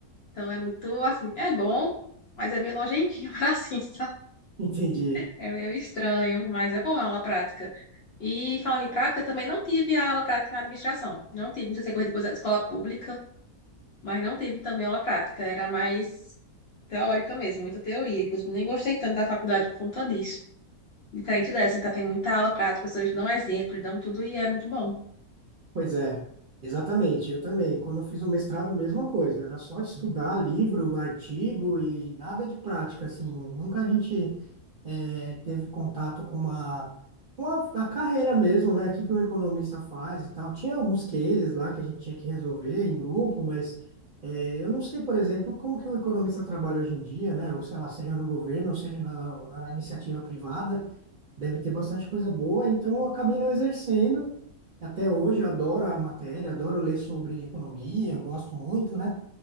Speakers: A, on the left (about 60°); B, on the right (about 55°).
A: Então é muito assim, é bom, mas é meio nojentinho, <laughs> assim, sabe?
B: Entendi. <laughs>
A: É meio estranho, mas é bom, é uma prática. E falando em prática, também não tive aula prática na administração. Não tive, não sei se é coisa depois da escola pública, mas não tive também aula prática. Era mais teórica mesmo, muita teoria. Inclusive, nem gostei tanto da faculdade por conta disso. Diferente dessa, que tá tendo muita aula prática, os professores dão exemplo, dão tudo e é muito bom.
B: Pois é, exatamente. Eu também. Quando eu fiz o mestrado, mesma coisa. Era só estudar livro, artigo e nada de prática, assim. Nunca a gente eh, teve contato com uma, com a, a carreira mesmo, né? O que que um economista faz e tal. Tinha alguns cases lá que a gente tinha que resolver em grupo, mas eh, eu não sei, por exemplo, como que o economista trabalha hoje em dia, né? Ou sei lá, seja no governo, ou seja na na iniciativa privada deve ter bastante coisa boa, então eu acabei não exercendo. Até hoje eu adoro a matéria, adoro ler sobre economia, eu gosto muito, né?